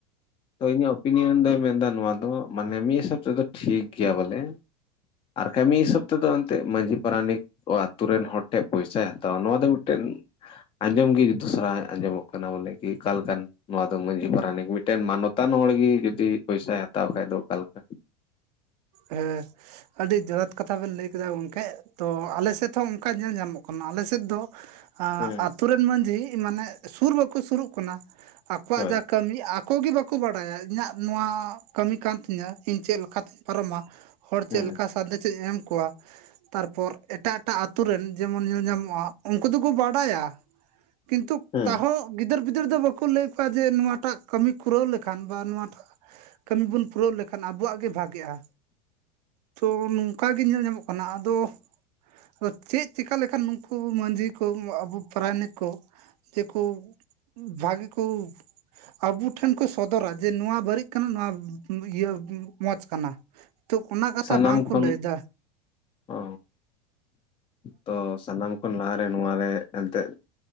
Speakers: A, on the left (about 25°); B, on the right (about 65°).
A: ᱛᱚ ᱤᱧᱟᱹᱜ ᱚᱯᱤᱱᱤᱭᱚᱱ ᱫᱚᱭ ᱢᱮᱱᱫᱟ ᱱᱚᱣᱟ ᱫᱚ ᱢᱟᱱᱮ ᱢᱤᱫ ᱦᱤᱥᱟᱹᱵ ᱛᱮᱫᱚ ᱴᱷᱤᱠ ᱜᱮᱭᱟ ᱵᱚᱞᱮ ᱟᱨ ᱠᱟᱡ ᱢᱤᱫ ᱦᱤᱥᱟᱹᱵ ᱛᱮ ᱫᱚ ᱮᱱᱛᱮᱡ ᱢᱟᱡᱷᱤ ᱯᱟᱨᱟᱱᱤᱠ ᱚ ᱟᱛᱩ ᱨᱮᱱ ᱦᱚᱲ ᱴᱷᱮᱱ ᱯᱚᱭᱥᱟᱭ ᱦᱟᱛᱟᱣᱟ ᱱᱚᱣᱟ ᱫᱚ ᱢᱤᱫᱴᱮᱱ ᱟᱸᱡᱚᱢ ᱜᱮ ᱫᱩᱥᱟᱨᱟ ᱟᱸᱡᱚᱢᱚᱜ ᱠᱟᱱᱟ ᱵᱚᱞᱮ ᱠᱤ ᱚᱠᱟ ᱞᱮᱠᱟᱱ ᱱᱚᱣᱟ ᱫᱚ ᱢᱟᱺᱡᱷᱤ ᱯᱟᱨᱟᱱᱤᱠ ᱢᱤᱫ ᱢᱤᱫᱴᱮᱱ ᱢᱟᱱᱚᱛᱟᱱ ᱦᱚᱲ ᱜᱮ ᱡᱩᱫᱤ ᱯᱚᱭᱥᱟᱭ ᱦᱟᱛᱟᱣ ᱠᱷᱟᱡ ᱫᱚ ᱚᱠᱟᱞᱮᱠᱟ
B: ᱦᱮᱸ ᱟᱹᱰᱤ ᱡᱚᱛᱷᱟᱛ ᱠᱟᱛᱷᱟ ᱵᱮᱱ ᱞᱟᱹᱭ ᱠᱮᱫᱟ ᱜᱚᱝᱠᱮ ᱛᱚ ᱟᱞᱮ ᱥᱮᱫ ᱦᱚᱸ ᱚᱱᱠᱟ ᱧᱮᱞ ᱧᱟᱢᱚᱜ ᱠᱟᱱᱟ ᱟᱞᱮ ᱥᱮᱫ ᱫᱚ ᱟ
A: ᱦᱮᱸ
B: ᱟᱛᱳ ᱨᱮᱱ ᱢᱟᱺᱡᱷᱤ ᱢᱟᱱᱮ ᱥᱩᱨ ᱵᱟᱠᱚ ᱥᱩᱨᱩᱜ ᱠᱟᱱᱟ ᱟᱠᱚᱣᱟᱜ
A: ᱦᱳᱭ
B: ᱡᱟ ᱠᱟᱹᱢᱤ ᱟᱠᱚ ᱜᱮ ᱵᱟᱠᱚ ᱵᱟᱰᱟᱭᱟ ᱤᱧᱟᱹᱜ ᱱᱚᱣᱟ ᱠᱟᱹᱢᱤ ᱠᱟᱱ ᱛᱤᱧᱟᱹ ᱤᱧ ᱪᱮᱫ ᱞᱮᱠᱟᱛᱮ ᱯᱟᱨᱚᱢᱟ ᱦᱚᱲ ᱪᱮᱫ
A: ᱦᱮᱸ
B: ᱞᱮᱠᱟ ᱥᱟᱸᱫᱮᱥᱮᱧ ᱮᱢ ᱠᱚᱣᱟ᱾ ᱛᱟᱨᱯᱚᱨ ᱮᱴᱟᱜ ᱮᱴᱟᱜ ᱟᱛᱩ ᱨᱮᱱ ᱡᱮᱢᱚᱱ ᱧᱮᱞ ᱧᱟᱢᱚᱜᱼᱟ ᱩᱱᱠᱩ ᱫᱚᱠᱚ ᱵᱟᱰᱟᱭᱟ᱾ ᱠᱤᱱᱛᱩ
A: ᱦᱮᱸ
B: ᱛᱟᱦᱚᱸ ᱜᱤᱫᱟᱹᱨ ᱯᱤᱫᱟᱹᱨ ᱫᱚ ᱵᱟᱠᱚ ᱞᱟᱹᱭ ᱟᱠᱚᱣᱟ ᱡᱮ ᱱᱚᱣᱟᱴᱟᱜ ᱠᱟᱹᱢᱤ ᱠᱩᱨᱟᱹᱣ ᱞᱮᱠᱷᱟᱱ ᱵᱟ ᱱᱚᱣᱟᱴᱟᱜ ᱠᱟᱹᱢᱤ ᱵᱚᱱ ᱯᱩᱨᱟᱹᱣ ᱞᱮᱠᱷᱟᱱ ᱟᱵᱚᱣᱟᱜ ᱜᱮ ᱵᱷᱟᱜᱮᱜᱼᱟ ᱛᱚ ᱱᱚᱝᱠᱟ ᱜᱮ ᱧᱮᱞ ᱧᱟᱢᱚᱜ ᱠᱟᱱᱟ ᱟᱫᱚ ᱟᱫᱚ ᱪᱮᱫ ᱪᱤᱠᱟᱹ ᱞᱮᱠᱷᱟᱱ ᱱᱩᱠᱩ ᱢᱟᱹᱡᱷᱤ ᱠᱚ ᱟᱵᱚ ᱯᱟᱨᱟᱭᱱᱤᱠ ᱠᱚ ᱡᱮᱠᱚ ᱵᱷᱟᱜᱮ ᱠᱚ ᱟᱵᱩ ᱴᱷᱮᱱ ᱠᱚ ᱥᱚᱫᱚᱨᱟ ᱡᱮ ᱱᱚᱣᱟ ᱵᱟᱹᱲᱤᱡ ᱠᱟᱱᱟ ᱱᱚᱣᱟ ᱤᱭᱟᱹ ᱢᱚᱸᱡᱽ ᱠᱟᱱᱟ ᱛᱚ ᱚᱱᱟ ᱠᱟᱛᱷᱟ
A: ᱥᱟᱱᱟᱢ
B: ᱵᱟᱝᱠᱚ
A: ᱠᱷᱚᱱ
B: ᱞᱟᱹᱭ ᱫᱟ
A: ᱚ ᱛᱚ ᱥᱟᱱᱟᱢ ᱠᱷᱚᱱ ᱞᱟᱦᱟᱨᱮ ᱱᱚᱣᱟ ᱨᱮ ᱮᱱᱛᱮᱫ